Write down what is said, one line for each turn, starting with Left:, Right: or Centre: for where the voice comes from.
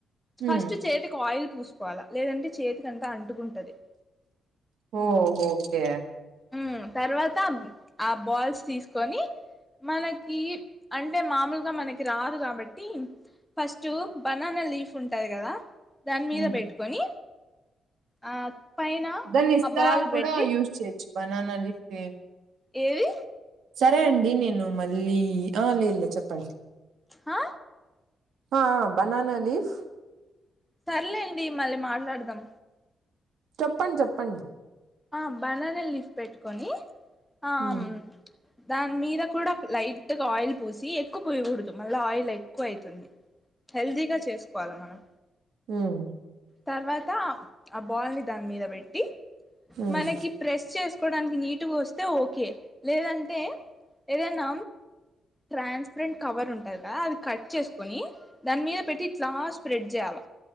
Right: హ్మ్
Centre: ఫస్ట్ చేతికి ఆయిల్ పూసుకోవాలా లేదంటే చేతికి అంతా అంటుకుంటది
Right: ఓహ్ ఒకె
Centre: ఉమ్ తర్వాత ఆ బాల్స్ తీస్కొని మనకి అంటే మామూల్గా మనకి రాదు కాబట్టి ఫస్టు బనాన లీఫ్ ఉంటది కదా దాని మీద
Right: హ్మ్
Centre: పెట్టుకొని ఆ పైన
Right: దాన్ని ఇస్తా
Centre: ఆ బాల్
Right: రాక్కూడ
Centre: పెట్టి
Right: యూస్్ చేయొచ్చు బనానా లిఫ్ే
Centre: ఏరి
Right: సరే అండి నేను మళ్ళీ ఆ లేద్ లేదు చెప్పండి
Centre: హా
Right: హా బనాన లీఫ్
Centre: సర్లేండి మళ్ళీ మాట్లాడదాం
Right: చెప్పండ్ చెప్పండి
Centre: ఆ బనాన లీఫ్ పెట్టుకొని హా
Right: ఉమ్,
Centre: ఆమ్ దాని మీద కూడా లైట్గ ఆయిల్ పోసి ఎక్కువ పోయకూడదు మళ్ళా ఆయిల్ ఎక్కువ అయితుంది హెల్దీగ చేస్కోవాలి మనం
Right: హువ్
Centre: తర్వాత ఆ బాల్ ని దాని మీద పెట్టి
Right: ఉమ్.
Centre: మనకి ప్రెస్ చేస్ కోడానికి నీటుగా వస్తే ఓకే లేదంటే ఏదైన ట్రాన్స్పరెంట్ కవర్ ఉంటది కదా అది కట్ చేసుకుొని దాని మీద పెట్టి ఇట్లా స్ప్రెడ్ చేయాల